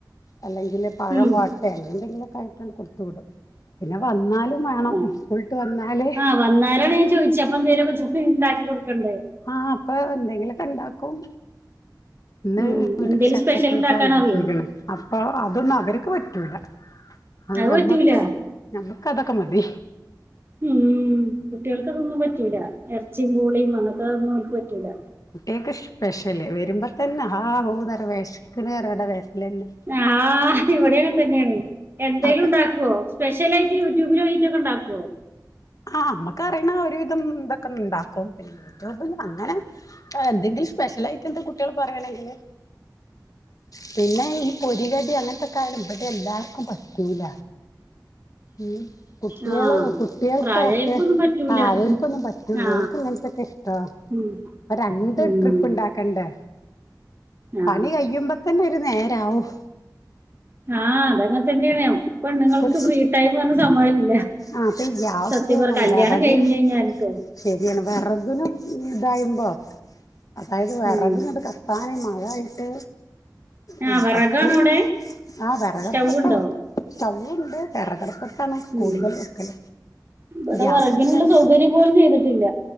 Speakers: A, on the left (about 50°); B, on the right (about 30°).
A: അല്ലെങ്കില് പഴം
B: ഉം
A: വാട്ടേങ്ങനന്തെങ്കല്ക്കെ ആയിട്ട്ണ്ട് കൊടുത്തു വിടും പിന്നെ വന്നാലും വെണം
B: ആ
A: സ്കൂളട്ട് വന്നാല്
B: ആ വന്നാലാണ് ഞാൻ ചോയച്ചഅപ്പ എന്തേലുക്കെ ചുട്ട്ണ്ടാക്കി കൊടക്കണ്ടേ
A: ആഹ അപ്പ എന്തെങ്കിലുക്കെ ഇണ്ടാക്കും ന്ന്
B: ഉം
A: വീട്ടില്
B: എന്തേലും
A: ചക്കക്കൂട്ടണ്ടാക്കിയിരിക്കണ്
B: സ്പെഷ്യൽ ഉണ്ടാക്കാൻ അറിയോ
A: അപ്പ അതൊന്നും അവരക്ക് പറ്റൂല അത്
B: അയ്
A: ഞമ്മക്ക്
B: പറ്റൂല
A: ഞമ്മക്ക് അതൊക്കെ മതി
B: ഉം കുട്ടികൾക്കതൊന്നും പറ്റൂല്ല ഇറച്ചിയും പൂളിയും അങ്ങനത്തെ ഒന്നും അവക്ക് പറ്റൂല്ല
A: കുട്ടികക്ക് സ്പെഷ്യല് വരുമ്പോ തന്നെ ഹാ ഹൂ വേഷിക്കണ്ന്ന റിഞ്ഞിട്ട വരലന്നെ
B: ആഹ ഇവിടെ അങ്ങെ തന്നെയാണ് എന്തെലുംണ്ടാക്കുവോ
A: അപ്പ
B: സ്പെഷല ആയിട്ട് യൂട്യൂബ് നോക്കീട്ട് ഒക്കെണ്ടാക്കുമോ
A: ആഹ നമ്മുക്കറിയ്ണ ഒരുവിധം ഇതൊക്കെ ഉണ്ടാക്കും പിന്നെ യൂട്യൂബില് അങ്ങനെ എന്തെങ്കിലും സ്പെഷ്യൽ ആയിട്ട് എന്താ കുട്ടികൾ പറയണെങ്കില് പിന്നെ ഈ പൊരി കടി അങ്ങനത്തെക്കായാലും ഇവടെ എല്ലാർക്കും പറ്റൂല ഉം കുട്ടികള്
B: ആ
A: കുട്ടികൾക്കൊക്കെ
B: പ്രായമായിരിക്കൊന്നും പറ്റൂല
A: ആഹ് ഒർക്കൊന്നും പറ്റൂല
B: ആ
A: ഒർക്കും ഇങ്ങനത്തൊക്കെ ഇഷ്ടോ
B: ഉം
A: അപ്പം രണ്ട്
B: ഉം,
A: ട്രിപ്പ് ഉണ്ടാക്കണ്ടെ
B: ആ
A: പണി കഴിയുമ്പോ തന്നെ ഒരു നേ രാവും
B: ആഹ് അതങ്ങെ തന്നെയണ പെണ്ണുങ്ങൾക്ക്
A: ഒരു
B: ഫ്രീ ടൈം പറഞ്ഞ സംഭവില്ല
A: ആഹ് അപ്പൊ ഈ ഗ്യാസും
B: സത്യം പറഞ്ഞാൽ കല്യാണം
A: വെറകിന്
B: കഴിഞ്ഞ് ഴിഞ്ഞാ ട്ടോ
A: ശരിയാണ് വേർകിനും ഇതായുമ്പോ അതായത് വിറകങ്ങണ്ട്
B: ഉം
A: കത്താന് മഴായിട്ട്
B: ആ
A: ഉം
B: വിറകാണോ
A: കത്തും
B: അവിടെ
A: ആഹ് വിറകടുപ്പത്ത
B: സ്റ്റൗവുണ്ടോ
A: സ്റ്റവ്വ് ണ്ട് വിറകടപ്പ
B: ഉം
A: കൂടുതൽ വെക്കൽ
B: ഇവിടെ
A: ഗ്യാസന്
B: വിറകിനുള്ള
A: തല
B: സൗകര്യം പോലും ചെയ്തിട്ടില്ല